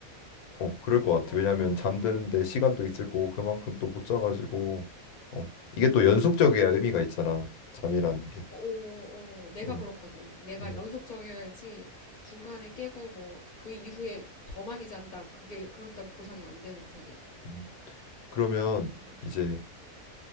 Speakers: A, on the left (about 80°); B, on the left (about 40°).
A: 어, 그럴 것 같아.
B: 어.
A: 왜냐면 잠드는데 시간도 있을 거고, 그만큼 또 못 자가지고, 어, 이게 또 연속적이야 의미가 있잖아. 잠이라는 게.
B: 어, 어, 어. 내가
A: 음,
B: 그렇거든. 내가
A: 음,
B: 연속적이어야지 중간에 깨고 뭐 그 이후에 더 많이 잔다. 그게 그런다고 보상이 안 되는 스타일이야.
A: 음. 그러면
B: 음.
A: 이제,